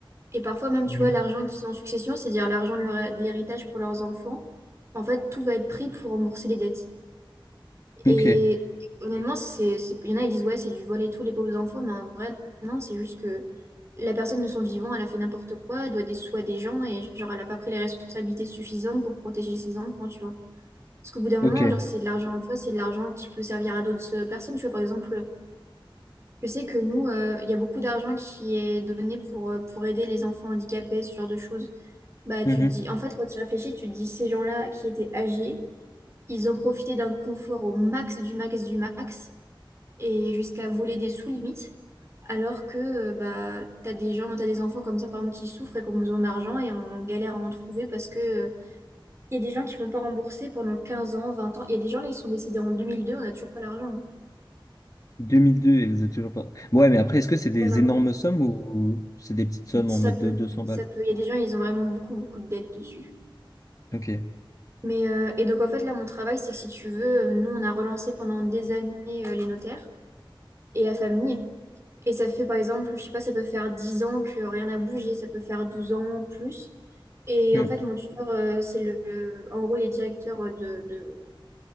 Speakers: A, on the right; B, on the left.
A: Et parfois, même,
B: Mhm.
A: tu vois, l'argent qu'ils ont en succession, c'est-à-dire l'argent de leur- de l'héritage pour leurs enfants, en fait, tout va être pris pour rembourser les dettes. Et
B: Ok,
A: honnêtement, c'est, c'est- il y en a, ils disent, ouais, c'est du vol et tout, les pauvres enfants. Mais en vrai, non, c'est juste que la personne de son vivant, elle a fait n'importe quoi, elle doit des sous à des gens et, genre, elle n'a pas pris les responsabilités suffisantes pour protéger ses enfants, tu vois. Parce qu'au bout d'un
B: ok.
A: moment, genre, c'est de l'argent, tu vois, c'est de l'argent qui peut servir à d'autres euh, personnes. Tu vois, par exemple, Je sais que nous, euh, il y a beaucoup d'argent qui est donné pour, euh, pour aider les enfants handicapés, ce genre de choses. Bah,
B: Mhm.
A: tu dis, en fait, quand tu réfléchis, tu te dis, ces gens-là qui étaient âgés, ils ont profité d'un confort au max du max du max et jusqu'à voler des sous limites. Alors que euh, bah, tu as des gens, tu des enfants comme ça, par exemple, qui souffrent et qui ont besoin d'argent et on galère à en trouver parce que euh, il y a des gens qui ne vont pas rembourser pendant 15 ans, 20 ans. Il y a des gens là, ils sont décédés en 2002, on n'a toujours pas l'argent.
B: Deux mille deux, et vous êtes toujours pas... Ouais, mais après, est-ce que c'est des
A: Même avant.
B: énormes sommes ou c'est des petites sommes
A: Ça
B: en mode
A: peut,
B: de 200
A: ça
B: balles?
A: peut. Il y a des gens, ils ont vraiment beaucoup, beaucoup de dettes dessus.
B: Ok.
A: Mais, euh, et donc, en fait, là, mon travail, c'est que si tu veux, euh, nous, on a relancé pendant des années euh, les notaires et la famille. Et ça fait, par exemple, je sais pas, ça peut faire 10 ans que rien n'a bougé, ça peut faire 12 ans, plus. Et
B: Mm.
A: en fait, mon tuteur, euh, c'est le, le- en gros, il est directeur de, de-